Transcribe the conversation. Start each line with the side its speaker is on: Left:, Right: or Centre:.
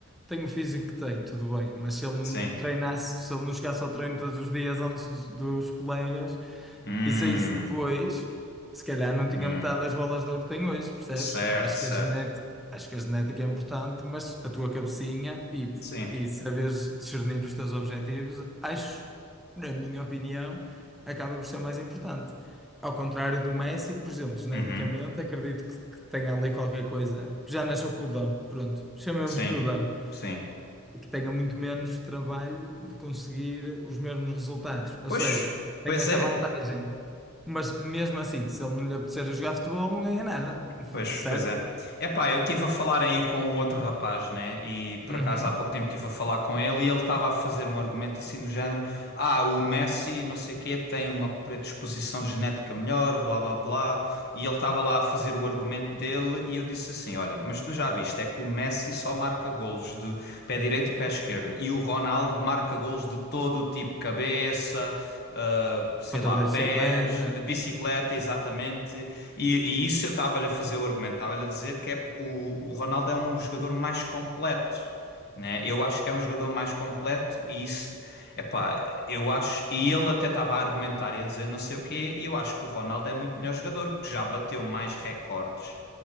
Centre: tem o físico que tem, tudo bem, mas se ele não
Left: sim.
Centre: treinasse, se ele não chegasse ao treino todos os dias antes dos dos colegas.
Left: Hum,
Centre: E saísse depois, se calhar não tinha
Left: hum,
Centre: metade das bolas de ouro que tem hoje, percebes?
Left: certo,
Centre: Eu acho
Left: certo.
Centre: que a genética, acho que a genética é importante, mas a tua cabecinha e,
Left: Sim.
Centre: e saberes discernir os teus objetivos, acho, na minha opinião, acaba por ser o mais importante. Ao contrário do Messi, que, por exemplo, geneticamente,
Left: Uhum,
Centre: acredito que, que tenha ali qualquer coisa. Já nasceu com o dom, pronto, chamemos-lhe
Left: sim,
Centre: o dom
Left: sim.
Centre: e que tenha muito menos trabalho de conseguir os mesmos resultados. Ou
Left: Pois,
Centre: seja, tem
Left: pois
Centre: esta
Left: é,
Centre: vantagem. Mas mesmo assim, se ele não lhe apetecer a jogar futebol, não ganha nada, <laughs>
Left: Pois,
Centre: certo?
Left: pois é. Epá, eu estive a falar aí com um outro rapaz, né? E por
Centre: Uhum.
Left: acaso há pouco tempo estive a falar com ele e ele estava a fazer um argumento assim do género: ah, o Messi, não sei quê, tem uma predisposição genética melhor, blá blá blá. E ele estava lá a fazer o argumento dele e eu disse assim: olha, mas tu já viste, é que o Messi só marca golos de pé direito e pé esquerdo e o Ronaldo marca golos de todo o tipo, cabeça ah, sei
Centre: Ponta
Left: lá,
Centre: de
Left: pés,
Centre: bicicleta.
Left: bicicleta, exatamente. E, e isso eu estava-lhe a fazer o argumento, estava-lhe a dizer que é, o, o Ronaldo é um jogador mais completo né? Eu acho que é um jogador mais completo e isso, epá, eu acho, e ele até estava a argumentar e a dizer não sei o quê, e eu acho que o Ronaldo é muito melhor jogador, porque já bateu mais recordes,